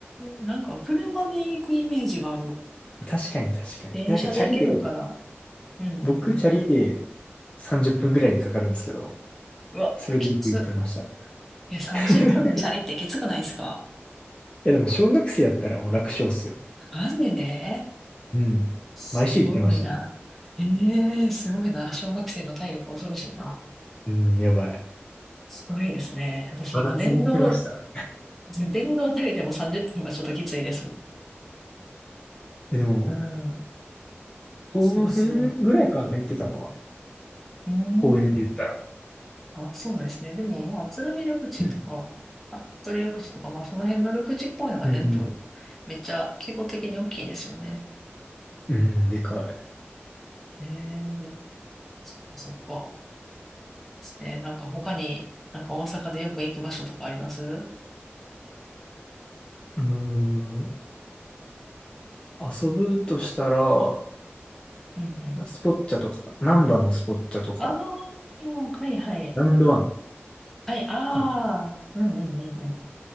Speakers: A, in the centre; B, on the left.
A: ー、なんか、車で行くイメージがある。
B: 確かに確かに。
A: 電車で行けるんかな
B: え、なんかチャリで、
A: うんうんう
B: 僕チャリで30分ぐらいかかるんですけど、
A: ん。うわ、
B: それでよく行ってました。
A: きつ。いや、30分チャリってきつくないですか
B: <laughs> え、でも小学生やったらもう楽勝っすよ。
A: マジで
B: うん。
A: すごいな。
B: 毎週行ってましたもん。
A: ええーすごいな。小学生の体力恐ろしいな。
B: うん、やばい。
A: すごいですね。私今電動、
B: 真夏に行ってました。
A: 電動体でも30分はちょっときついですもん。
B: え、でも、
A: うん。
B: この辺ぐらいかな、
A: そうそ
B: 行ってたのは。
A: う。うーん。
B: 公園で言ったら。
A: あ、そうなんですね。でもまあ、鶴見緑地とか、
B: うん。
A: 服部緑地とか、まあその辺の緑地公園は全部めっちゃ規模的に大きいですよね。
B: うんうん。うん、でかい。
A: ええーそっかそっか。ですね。なんか他に、なんか大阪でよく行く場所とかありますうん
B: うーん。遊ぶとしたら、
A: うん。
B: スポッチャとか、ナンバのスポッチャとか、
A: ああ、はいはい。
B: ラウンドワン
A: はい、ああ、
B: かな。
A: うんうんうんうん。